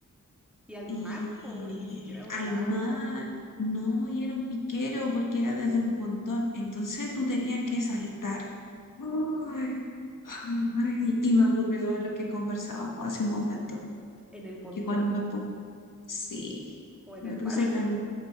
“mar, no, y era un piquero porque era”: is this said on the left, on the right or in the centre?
Left